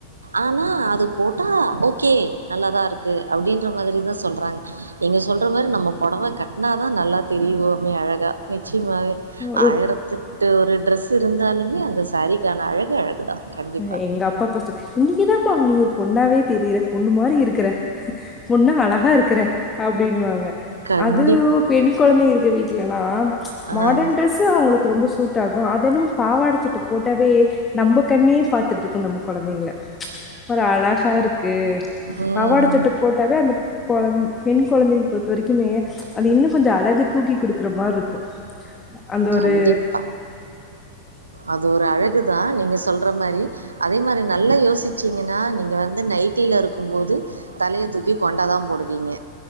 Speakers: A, on the right; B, on the left.
A: ஆனா அது போட்டா ஓகே நல்லாதா இருக்கு அப்டின்ற மாதரி தா சொல்றாங்க எங்க நீங் சொல்ற மாறி நம்ம பொடவ கட்டினாதா நல்லா தெரிவோமே அழகா நிச் சயமாவே
B: ஒரு
A: ஆயிரத்தெட்டு ஒரு ட்ரெஸ்சு இருந்தாலுமே அந்த சேரீக்கான அழகு அழகுதா கண்டிப்பா
B: அ எங்கப்பா அப்பசொ இன்னைக்குதாம்மா நீ ஒரு பொண்ணாவே தெரியற பொண்ணு மாறி இருக்கற பொண்ணா அழகா இருக்கற அப்டின்னுவாங்க
A: கண்டிப்
B: அது பெண் கொழந்த இருக்க வீட் ட்லல்லா
A: ஆ
B: மாடன் ட்ரெஸ்ஸூ அவுங்களுக்கு ரொம்ப சூட்டாகு அதென்னம் பாவாட சட்ட போட்டாவே நம்ப கண்ணே பாத்துட்ருக்கு நம்ம கொழந்தைங்கள ஒரு அழகா இருக்கு
A: ம்
B: பாவாட சட்ட போட்டாவே அந்த கொழந் பெண் கொழந்தைங்க பொறுத்த வரைக்குமே அது இன்னு கொஞ்சொ அழகு தூக்கி குடுக்குற மாறி இருக்கு அந்தொரு
A: கண்டிப்பா. அது ஒரு அழகுதா நீங்க சொல்ற மாறி அதே மாறி நல்லா யோசிச்சீங்கன்னா நீங்க வந்து நைட்டில இருக்கும் போது தலய தூக்கி கொண்டதா தா போடுவீங்க